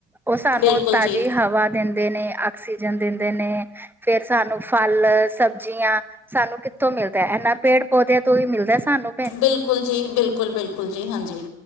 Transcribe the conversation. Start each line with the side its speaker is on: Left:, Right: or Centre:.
Centre: ਉਹ ਸਾਨੂੰ
Left: ਬਿਲਕੁਲ
Centre: ਤਾਜ਼ੀ
Left: ਜੀ
Centre: ਹਵਾ ਦਿੰਦੇ ਨੇ, ਆਕਸੀਜਨ ਦਿੰਦੇ ਨੇ, ਫੇਰ ਸਾਨੂੰ ਫਲ, ਸਬਜ਼ੀਆਂ। ਸਾਨੂੰ ਕਿੱਥੋਂ ਮਿਲਦਾ, ਇੰਨਾ ਪੇੜ ਪੌਦਿਆਂ, ਤੋਂ ਹੀ ਮਿਲਦਾ ਸਾਨੂੰ,
Left: ਬਿਲਕੁਲ, ਜੀ, ਬਿਲਕੁਲ- ਬਿਲਕੁਲ, ਜੀ, ਹਾਂਜੀ,